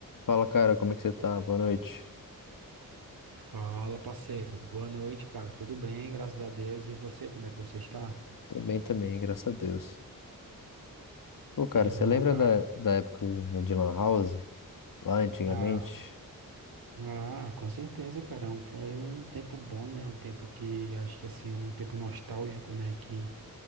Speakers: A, on the left; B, on the right.
A: Fala, cara, como é que você tá? Boa noite.
B: Fala, parceiro. Boa noite, cara. Tudo bem, graças a Deus. E você, como é que você está?
A: Tô bem também, graças a Deus. Pô, cara,
B: Que
A: você
B: bom,
A: lembra
B: cara.
A: da, da época de Lan House? Lá antigamente?
B: Ah, ah, com certeza, cara. É Um- Foi um tempo bom, né? Um tempo que, acho que assim, um tempo nostálgico, né? Que